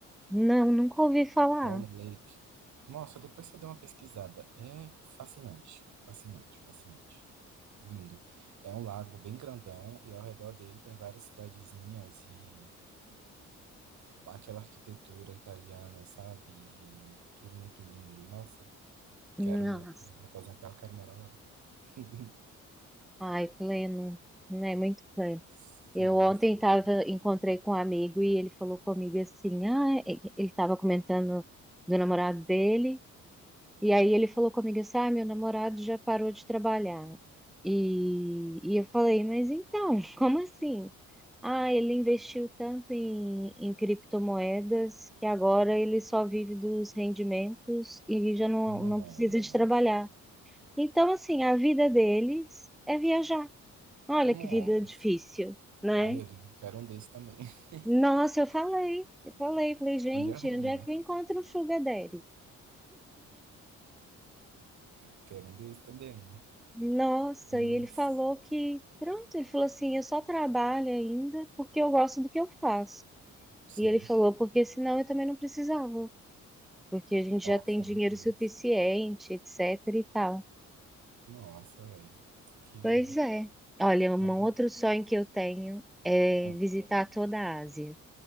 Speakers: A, in the centre; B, on the right (about 70°).
A: Não, nunca ouvi falar.
B: Como Lake. Nossa, depois você dá uma pesquisada. É fascinante, fascinante, fascinante. Lindo. É um lago bem grandão e ao redor dele tem várias cidadezinhas e Aquela arquitetura italiana, sabe? E tudo muito lindo. E, Nossa,
A: Nossa.
B: quero quando me aposentar, eu quero morar lá. <laughs>
A: Ai, pleno, né? Muito pleno.
B: Sim,
A: Eu ontem
B: sim.
A: tava, encontrei com um amigo e ele falou comigo assim, ah, é- ele estava comentando do namorado dele, e aí ele falou comigo assim, ah, meu namorado já parou de trabalhar. E, e eu falei, mas então, <laughs> como assim? Ah, ele investiu tanto em, em criptomoedas que agora ele só vive dos rendimentos e já não,
B: Nossa,
A: não precisa de trabalhar. Então, assim, a vida deles é viajar. Olha
B: nossa.
A: que vida difícil, né?
B: Ai, meu Deus, eu quero um desse também. <laughs>
A: Nossa, eu falei, eu falei, falei, gente,
B: Onde é Roma?
A: onde é que eu encontro o Sugar Daddy?
B: Quero um desse também.
A: Nossa,
B: Isso.
A: e ele falou que, pronto, ele falou assim, eu só trabalho ainda porque eu gosto do que eu faço.
B: Sim.
A: E ele falou, porque senão eu também não precisava. porque a gente
B: Nossa,
A: já tem dinheiro
B: meu Deus.
A: suficiente, etc e tal.
B: Nossa, velho. Queria.
A: Pois é. Olha, um
B: Mas,
A: outro sonho que eu tenho é
B: hum.
A: visitar toda a Ásia.